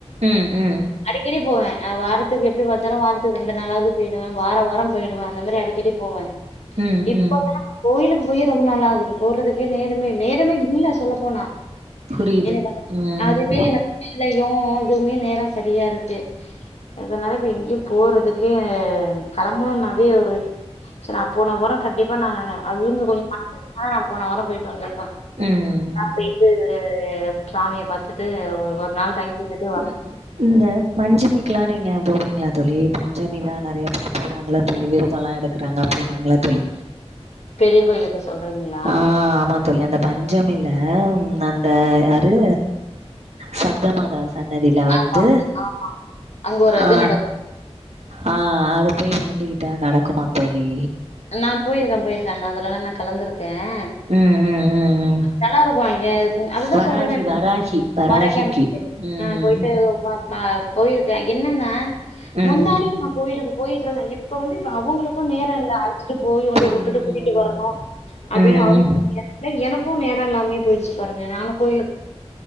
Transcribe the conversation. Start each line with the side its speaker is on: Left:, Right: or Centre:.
Right: ம் ம்
Left: அடிக்கடி போவேன் வாரத்துக்கு எப்டி பாத்தாலும் வாரத்துக்கு ரெண்டு நாளாவது போயிடுவேன் வாரம் வாரம் பொயிடுவே அந்த மாரி அடிக் அடிக்கடி போவோன்
Right: ம்
Left: இப்ப
Right: ம்
Left: தான் நா கோயிலுக்கு போய் ரொம்ப நாள் ஆகுது போறதுக் நேர்மையே நேரமே இல்ல சொல்லப்போனா
Right: புரியுது
Left: எனக்கு
Right: ம்
Left: அதுவே எனக்கு வேலையும் இதுவுமே நேரம் சரியா இருக்கு அதனால இப்ப எங்கேயும் போறதுக்கு கிளம்பணும் நாளே ஒரு இது சேரி நான் போன வரம் கண்டிப்பா நான் அவங்க கொஞ்ச பணம் இருந்துச்சி நான் போன வாரம் போயிட்டு வந்தோன்
Right: ம்
Left: போயிட்டு சாமிய பத்துட்டு ஒரு நாள் தங்கி இருந்து
Right: ம் இந்த பஞ்சமிக்கு எல்லா நீங்க போவீங்களா தோழி பஞ்சமி எல்லா நெறைய பேர் போறாங்களா தோழி விருதம் எல்லாம் எடுத்து இருக்கிறாங்க போறாங்களா தோழி
Left: பெரிய கோயிலுக்கு சொல்ர்ங்களா
Right: ஆ ஆமா தோழி அந்த பஞ்சமியிலே அந்த யாரு சப்தமாதா சன்னதியில வந்து
Left: ஆமா ஆ அங்க ஒரு இது
Right: ஆ
Left: நடக்கும்
Right: ஆ அது போயி வேண்டிக்கிட்டா நடக்குமா தோழி
Left: நான் போயிருக்கேன் போயிருக்கேன் நான் அது எல்லா நான் கலந்துருக்கேன்
Right: ம் ம் ம் ம்.
Left: நல்ல இருக்கும் அங்க அதுதான்
Right: வராகி
Left: சொல்றேன்
Right: வராகி வராகிக்கு.
Left: ஆரோக்கியம் இன்டு
Right: ம்,
Left: ஆ பொய்ட்டு போயிருக்கேன் என்னன்னா
Right: ம்.
Left: முன்னாடி நான் கோயிலுக்கு போயிட்டு இருந்தேன் இப்ப வந்து அவங்களுக்கும் நேரம் இல்ல அழச்சிட்டு போய்
Right: புரியும்.
Left: வுட்டுட்டு கூட்டிட்டு வரணும் அப்டின்னு
Right: ம்,
Left: அவங்களுக்
Right: ம்.
Left: எனக்கும் நேர எல்லாமே போயிடுச்சு பாருங்க நானு கோயிலுக்கு